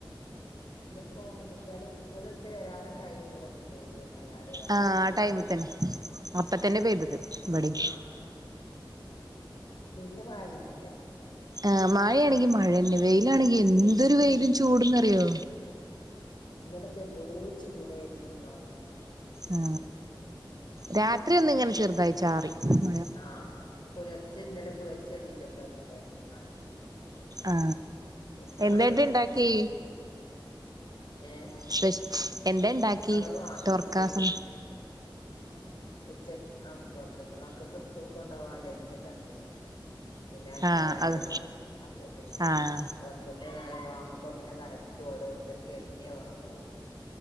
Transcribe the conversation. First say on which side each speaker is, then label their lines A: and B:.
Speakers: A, on the left; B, on the right.
A: ഇന്നിപ്പോം കുട്ടികള് സ്കൂള് വിട്ട് വരാം ടൈമില് ഒന്ന് പെയ്തു അല്ലാതെ വേറൊന്നും
B: ആഹ് ആ
A: പെയ്തിട്ടില്ല
B: ടൈമിൽ തന്നെ അപ്പ
A: ഉം
B: തന്നെ പെയ്തത് ഇവിടിം
A: ആ പിന്നെ മഴയൊന്നുല്ല
B: ആ മഴയാണെങ്കിൽ മഴന്നെ വെയിലാണെങ്കി എന്തൊരു
A: അതെ
B: വെയിലും ചൂട്ന്ന് അറിയോ
A: ഇന്നലെയൊക്കെ എന്തോരു ചൂടായിരുന്നൂന്നോ
B: ആ രാത്രി ഒന്ന് ഇങ്ങനെ ചെറുതായി ചാറി മഴ
A: ആഹ് പുലർച്ചെ ഇന്നലെ പുലർച്ചെ എണീറ്റപ്പളൊക്കെ ഉണ്ടായിരുന്നു മഴ
B: ആ
A: പിന്നെ
B: എന്നിട്ട്
A: മഴയൊന്നുല്ല
B: ഇണ്ടാക്കി
A: ഏഹ്
B: സ്പെഷ്യൽ എന്താ ഇണ്ടാക്കി
A: നമ്മള് വാങ്ങിയേക്കായിരുന്നു
B: തൊർക്കാക്ക
A: ഉച്ചക്ക് അ പോറതിന്ന് മക്കൾക്ക് സ്കൂളിൽ കൊണ്ടോവാൻ ഉള്ളിന് ചല ക്കിന്നു പിന്നെ ആർക്കും
B: ആഹ്
A: വേണ്ടല്ലോ
B: അത്
A: അപ്പൊ പിന്നെ
B: ആഹ്
A: പൊറത്തൂന്ന് വാങ്ങുമ്പോ പിന്നെ കറക്റ്റ് ഓരോരുത്തർക്ക് എണ്ണിയേ വാങ്ങുള്ളൂ